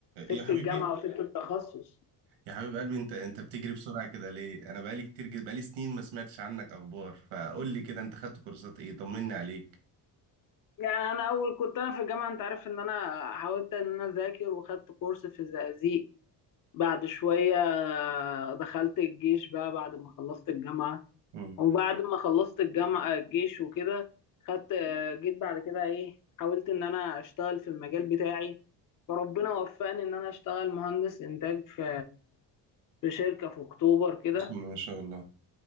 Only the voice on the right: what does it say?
يا حبيبي
يا حبيب قلبي انت انت بتجري بسرعة كده ليه انا بقالي كتير جدا بقالي سنين ما سمعتش عنك اخبار فقول لي كده انت خدت كورسات ايه طمني عليك
امم
بسم الله ما شاء الله